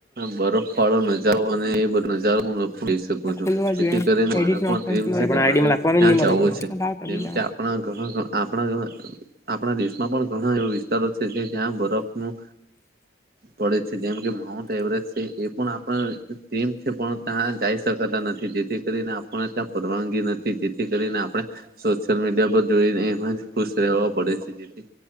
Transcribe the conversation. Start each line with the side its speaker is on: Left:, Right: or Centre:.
Right: બરફ વાળો નજાર અને એ બધો નજારો, હું લઈ શકો
Left: આ
Right: છો
Left: ખોલવા
Right: જેથી
Left: જોઈએ એમ
Right: કરીને મારો
Left: એડિટ
Right: પણ
Left: નો ઓપ્શન
Right: ડ્રીમ
Left: ખોલવા
Right: છે, કે મારે ત્યાં જાવુ છે.
Left: જોઈએ
Right: જેમ કે આપણા ઘણા આપણા આપણા દેશમાં પણ ઘણા એવા વિસ્તારો છે, કે જ્યાં બરફનું પડે છે જેમ કે માઉન્ટ એવરેસ્ટ છે, એ પણ ડ્રિમ છે પણ ત્યાં જઈ શકાતા નથી, જેથી કરીને આપણને ત્યાં પરવાનગી નથી. જેથી કરીને આપણે સોશિયલ મીડિયા પર જોઈને એમાં જ ખુશ રહેવા પડે છે, જેથી